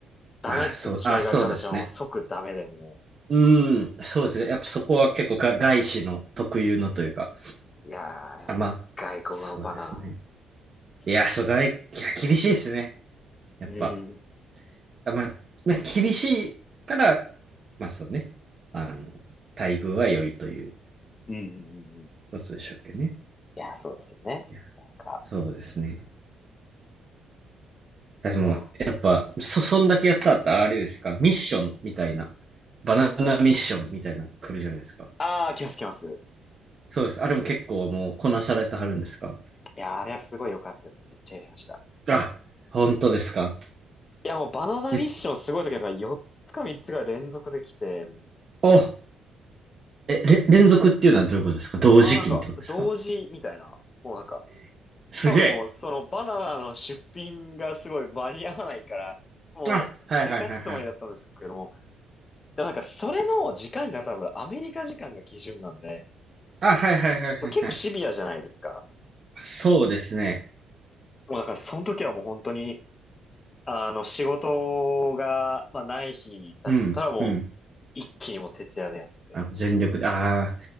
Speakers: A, on the left; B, on the right.
A: ダメって機械が話したらもう即ダメでも
B: あ、そう、あ、そうですね。うーん、
A: う、
B: そうですね。やっぱそこは結構が外資の特有のというか。
A: えーいやー、やっぱ外国のバナナ、
B: あ、まあ、そうですね。
A: そうですね。
B: いや、そう、外、いや、厳しいですね。やっぱ。
A: うん、
B: あ、まあ、まあ、厳しいから、まあそうね。あの、待遇は良いという
A: うん、うん、うんうん。い
B: ことでしょうけどね。
A: や、そうですけどね。
B: いや、
A: なんか、
B: そうですね。でも、
A: まあ、
B: やっぱ、そ、そんだけやったら、
A: えー、
B: あれですか、ミッションみたいな、バナナミッションみたいなの来るじゃないですか。
A: あー、来ます来ます。
B: そうです。あれも結構もうこなされてはるんですか
A: いやー、あれはすごい良かったですね。めっちゃやりました。
B: あ、本当ですか。
A: いや、もうバナナミッションすごい時はなんか4つか3つが連続できて、
B: め、
A: もう、なんか、
B: お、え、れ、連続っていうのはどういうことですか同時期にってことですか
A: あ、なんか、同時みたいな、もうなんか、
B: すげえ。
A: 多分もう、そのバナナの出品がすごい間に合わないから、もう、
B: あ、はいはいはいはい。
A: せかすつもりだったんですけども、でもなんか、それの時間が多分アメリカ時間が基準なんで、
B: あ、はいはいはいはいはい。
A: 結構シビアじゃないですか。
B: そうですね。
A: もうだから、その時はもう本当に、あの、仕事が、まあ、ない日だったらもう、
B: うん、うん。
A: 一気にもう徹夜でやって、
B: あ、全力で、ああ、